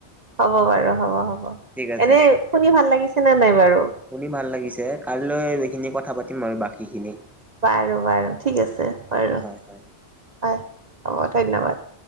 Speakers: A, on the right (about 40°); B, in the centre.
A: হ'ব বাৰু হ'ব হ'ব
B: ঠিক আছে
A: এনে শুনি ভাল লাগিছে নে নাই বাৰু?
B: শুনি ভাল লাগিছে, কাইলৈ এইখিনি কথা পাতিম আৰু বাকীখিনি।
A: বাৰু বাৰু ঠিক আছে বাৰু,
B: হয় হয়।
A: হয় হ'ব ধন্যবাদ।